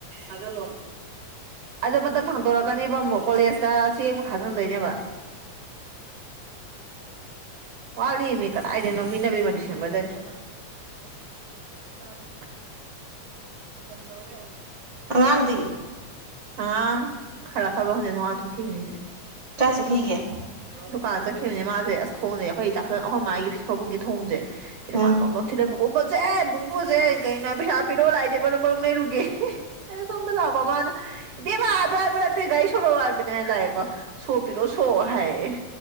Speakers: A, on the right; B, on the right.
A: ꯑꯗꯨ ꯂꯣꯅ ꯑꯗꯣ ꯃꯇꯝ ꯊꯥꯡꯗꯣꯔꯛꯀꯅꯦꯕ ꯑꯃꯨꯛ ꯀꯣꯂꯦꯖꯇ ꯆꯦꯡ ꯑꯃꯨꯛ ꯊꯥꯖꯤꯟꯗꯣꯏꯅꯦꯕ ꯋꯥꯂꯤꯃꯤ ꯀꯗꯥꯏꯗꯅꯣꯃꯤꯅꯕꯤ ꯑꯃ ꯗꯤꯁꯦꯝꯕꯔꯗꯅꯦ ꯑ ꯏꯝ ꯂꯧꯧꯔꯦ
B: ꯑꯉꯥꯡꯗꯤ
A: ꯑꯥ ꯈꯔ ꯈꯔꯔꯕ ꯍꯅꯤ ꯊ ꯋꯥ ꯊꯈꯤꯅꯤ
B: ꯀꯥꯏ ꯆꯠꯈꯤꯒꯦ
A: ꯗꯨꯀꯥꯟ ꯆ ꯁꯤꯈꯤꯕꯅꯦ ꯃꯥꯁꯦ ꯑꯁ ꯊꯣꯡꯁꯦ ꯑꯩꯈꯣꯏ ꯆꯥꯛꯁꯪ ꯑꯍꯟ ꯃꯥꯒꯤ ꯁꯤ ꯐꯥꯕꯨꯡꯒꯤ ꯊꯣꯡꯁꯦ ꯁꯤꯗ
B: ꯎꯝ
A: ꯃꯥ ꯊꯤꯛ ꯆꯦꯕ ꯨꯁꯦ ꯀꯩꯅꯣ ꯄꯩꯁꯥ ꯄꯤꯔꯛꯑꯣ ꯂꯥꯛꯏꯁꯦ ꯃꯔꯨꯝ ꯃꯔꯨꯝ ꯂꯩꯔꯨꯒꯦ ꯑꯩꯅ ꯁꯣꯝꯗ ꯂꯥꯛꯕ ꯃꯥꯅ ꯏ ꯑ ꯑꯗꯨ ꯍꯥꯏꯕꯅꯦ ꯑꯇꯩ ꯒꯥꯥꯏ ꯁꯣꯂꯛꯑꯣ ꯍꯥꯏꯕꯅꯦ ꯍꯥꯏ ꯂꯥꯛꯑꯦꯀꯣ ꯁꯣ ꯄꯤꯔꯣ ꯁꯣ ꯍꯥꯏꯌꯦꯦ